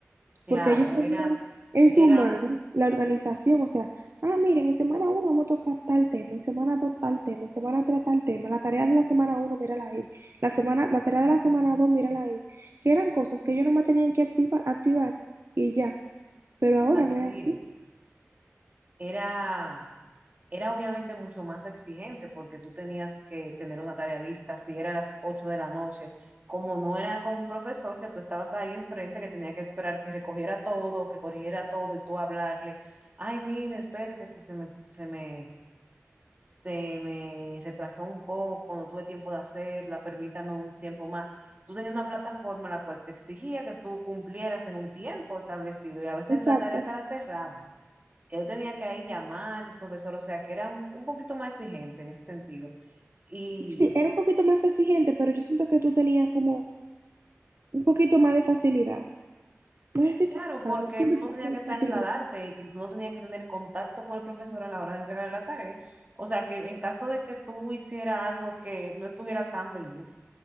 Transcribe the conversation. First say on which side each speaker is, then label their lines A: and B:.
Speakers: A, on the right; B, on the right.
A: Claro,
B: porque ellos tenían
A: era,
B: en
A: era,
B: su mano la organización, o sea, ah, miren, en semana uno vamos a tocar tal tema, en semana 2 tal tema, en semana 3 tal tema, la tarea de la semana 1, mírala ahí, la semana, la tarea de la semana 2, mírala ahí, que eran cosas que ellos nada más tenían que activa- activar y ya, pero ahora
A: así
B: no es así.
A: es. Era, era obviamente mucho más exigente porque tú tenías que tener una tarea lista, si era a las 8 de la noche, como no era con un profesor que tú estabas ahí enfrente, que tenía que esperar que recogiera todo, que corrigiera todo y tú hablarle, ay, mire, espérese que se me, se me se me retrasó un poco, no tuve tiempo de hacerla, permítame un tiempo más. Tú tenías una plataforma la cual te exigía que tú cumplieras en un tiempo establecido y a veces
B: Exacto.
A: la tarea te la cerraban, que yo tenía que ahí llamar al profesor, o sea, que era un, un poquito más exigente en ese sentido. Y
B: Sí, era un poquito más exigente, pero yo siento que tú tenías como un poquito más de facilidades. No sé si
A: claro,
B: te pasa,
A: porque
B: yo siento
A: tú no tenías
B: que la
A: que trasladarte
B: tienes
A: y tú no tenías que tener contacto con el profesor a la hora de entregarle la tarea. O sea, que en caso de que tú hicieras algo que no estuviera tan bien,